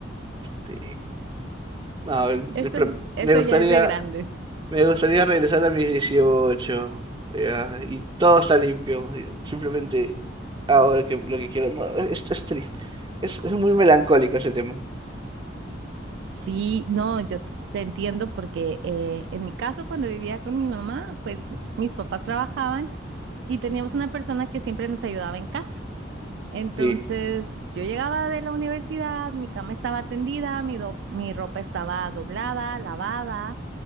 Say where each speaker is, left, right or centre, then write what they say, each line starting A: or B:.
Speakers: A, on the right (about 25°); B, on the right (about 60°).
A: sí, no, el-
B: Eso,
A: el pro-
B: eso
A: me gustaría,
B: ya es de grandes.
A: me gustaría regresar a mis 18 ya, y todo está limpio. y Simplemente ahora que lo que quiero, no, es, es triste, es, es muy melancólico ese tema.
B: Sí, no, yo te entiendo porque eh, en mi caso cuando vivía con mi mamá, pues mis papás trabajaban y teníamos una persona que siempre nos ayudaba en casa. Entonces
A: Sí,
B: yo llegaba de la universidad, mi cama estaba tendida, mi, do- mi ropa estaba doblada, lavada,